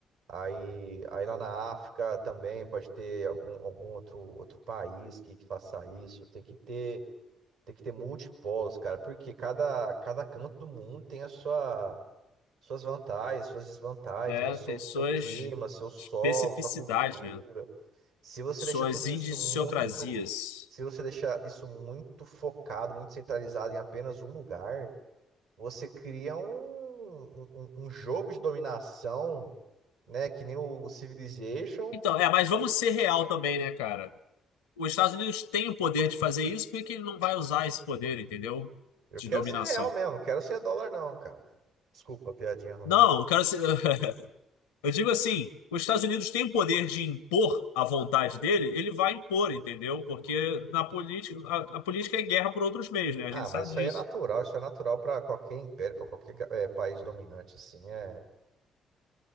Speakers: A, on the right; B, on the left.
A: Aí, aí lá na África também pode ter algum, algum outro, outro país que, que faça isso. Tem que ter, tem que ter multipolos, cara, porque cada, cada canto do mundo tem a sua, suas vantagens, suas desvantagens,
B: É,
A: né? O seu,
B: tem
A: seu
B: suas
A: clima, seu solo,
B: especificidades,
A: sua cultura.
B: né?
A: Se você
B: Suas
A: deixa tudo
B: idiosincrasias.
A: isso muito, se você deixa isso muito focado, muito centralizado em apenas um lugar, você cria um, um, um um jogo de dominação né? Que nem o, Civilization.
B: Então, é, mas vamos ser real também, né, cara? Os Estados Unidos têm o poder de fazer isso, por que que ele não vai usar esse poder, entendeu?
A: Eu
B: De
A: quero
B: dominação.
A: ser real mesmo, não quero ser dólar, não, cara. Desculpa, a piadinha ruim
B: Não,
A: aí. cara.
B: eu quero ser... <laughs> Eu digo assim, os Estados Unidos têm o poder de impor a vontade dele, ele vai impor, entendeu? Porque na política, a, a política é guerra por outros meios, né? A
A: Ah,
B: gente
A: mas
B: sabe
A: isso
B: disso.
A: aí é natural, isso é natural para qualquer império, para qualquer eh, país dominante, assim. É,